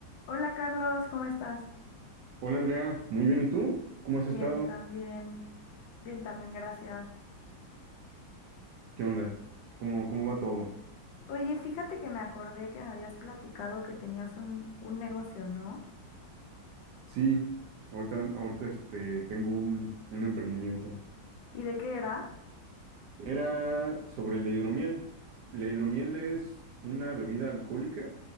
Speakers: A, on the left (about 75°); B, on the right (about 70°).
A: Hola Carlos, ¿cómo estás?
B: Hola Andrea, muy bien, ¿y tú? ¿Cómo has estado?
A: Bien, también. Bien, también, gracias.
B: ¿Qué onda? ¿Cómo, cómo va todo?
A: Oye, fíjate que me acordé que me habías platicado que tenías un, un negocio, ¿no?
B: Sí, ahorita, ahorita este, tengo un, un emprendimiento.
A: ¿Y de qué era?
B: Era sobre la hidromiel. La hidromiel es una bebida alcohólica